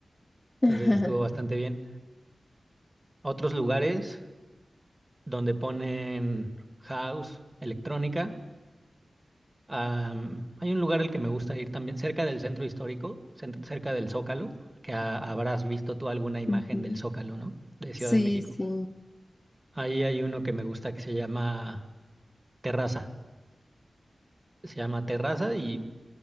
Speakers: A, on the left; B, on the right.
A: <laughs>
B: Entonces estuvo bastante bien. Otros lugares donde ponen house, electrónica. am, hay un lugar al que me gusta ir también, cerca del centro histórico, cent- cerca del Zócalo, que ha- habrás visto tú alguna imagen
A: Ujú.
B: del Zócalo, ¿no? De Ciudad
A: Sí,
B: de México.
A: sí.
B: Ahí hay uno que me gusta que se llama Terraza. Se llama terraza y